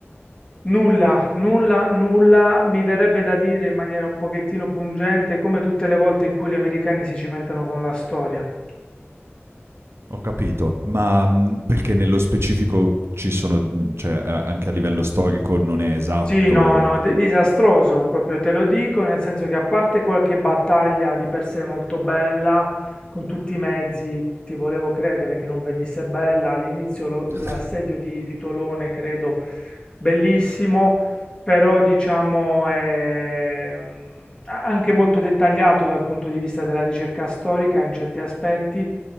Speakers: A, on the left; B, on the right.
A: nulla, nulla, nulla. Mi verrebbe da dire in maniera un pochettino pungente, come tutte le volte in cui gli americani si cimentano con la storia.
B: Ho capito, ma, mhmm, perché nello specifico ci sono, mhmm, cioè a anche a livello storico non è esatto
A: Sì, no,
B: o
A: no,
B: co
A: de- disastroso, proprio te lo dico, nel senso che a parte qualche battaglia di per sé molto bella, con tutti i mezzi, ti volevo credere che non venisse bella, all'inizio lo-
B: <laughs>
A: l'assedio di, di Tolone, credo, bellissimo, però diciamo è mm, a- anche molto dettagliato dal punto di vista della ricerca storica in certi aspetti,